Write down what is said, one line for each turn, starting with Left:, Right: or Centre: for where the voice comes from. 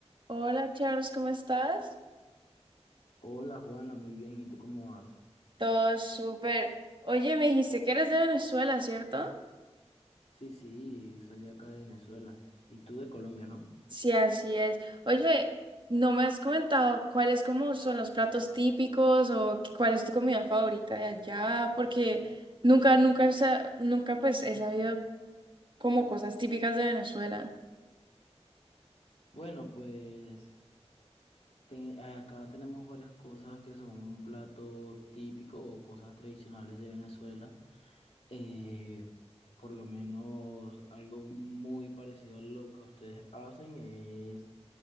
Right: Hola Charles, ¿cómo estás?
Left: Hola Juana, muy bien. ¿Y tú cómo vas?
Right: Todo súper. Oye, me dijiste que eres de Venezuela, ¿cierto?
Left: Sí, sí, soy de acá de Venezuela. Y tú de Colombia, ¿no?
Right: Sí, así es. Oye, no me has comentado cuáles como son los platos típicos o qué- cuál es tu comida favorita de allá, porque nunca, nunca, sa- nunca pues he sabido como cosas típicas de Venezuela.
Left: Bueno, pues ten- acá tenemos varias cosas que son un plato típico o cosas tradicionales de Venezuela. Eh, por lo menos algo muy parecido a lo que ustedes hacen es